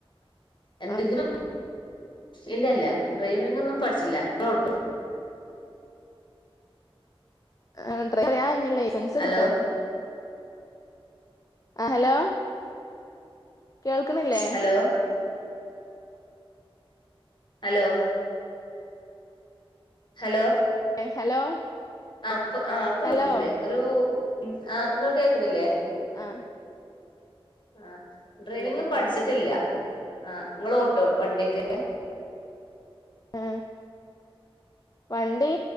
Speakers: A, on the left (about 50°); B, on the left (about 35°).
A: എന്തെങ്കിലും
B: ആ
A: ഇല്ല ഇല്ല ഡ്രൈവിംഗ് ഒന്നും പഠിച്ചില്ല <unintelligible>
B: <unintelligible> ലൈസെൻസെടുക്കാം
A: ഹലോ
B: ആ ഹലോ കേൾക്കണില്ലേ
A: ഹലോ ഹലോ ഹലോ
B: എ ഹലോ
A: ആ ഇപ്പ ആ ഇപ്പ
B: ഹലോ
A: കേക്ക്ണ്ട് ഒരു ഉം ആ ങ്ങക്ക് കേക്ക്ണില്ലേ
B: ആ
A: ആ ഡ്രൈവിങ്
B: കേക്കണ്ട്
A: പഠിച്ചിട്ടില്ല ആ ങ്ങള് ഓട്വോ വണ്ടിയൊക്കെ
B: മ് വണ്ടി